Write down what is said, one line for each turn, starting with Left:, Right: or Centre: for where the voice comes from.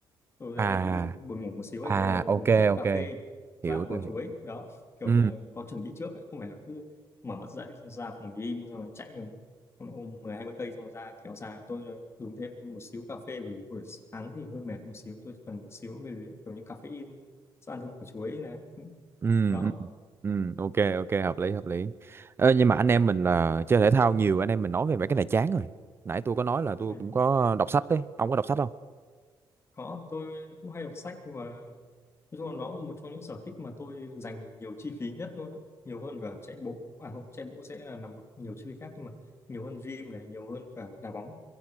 Left: tôi
Right: à
Left: hay bị buồn ngủ một xíu
Right: à
Left: ấy nên là
Right: ok
Left: uống chút
Right: ok
Left: cà phê
Right: hiểu
Left: và ăn quả
Right: tôi hiểu
Left: chuối đó kiểu
Right: ừ
Left: như là có chuẩn bị trước ấy. không phải là cứ mở mắt dậy xong ra phòng gym xong rồi chạy ôm mười hai mươi cây xong rồi ra kéo ra tôi là dùng thêm một xíu cà phê buổi, buổi sáng thì hơi mệt một xíu tôi cần một xíu về kiểu như caffeine sau ăn thêm quả chuối này
Right: ừ
Left: đó
Right: ừ ừ, ok ok hợp lý hợp lý Ê, nhưng mà anh em mình là chơi thể thao nhiều anh em mình nói về mấy cái này chán rồi nãy tôi có nói là tôi
Left: ừ.
Right: cũng có đọc sách đấy ông có đọc sách không
Left: có tôi cũng hay đọc sách và Nói chung là nó là một trong những sở thích mà tôi dành nhiều chi phí nhất luôn á. Nhiều hơn cả chạy bộ. À không, chạy bộ sẽ là nằm ở nhiều chi phí khác nhưng mà nhiều hơn gym này, nhiều hơn cả đá bóng.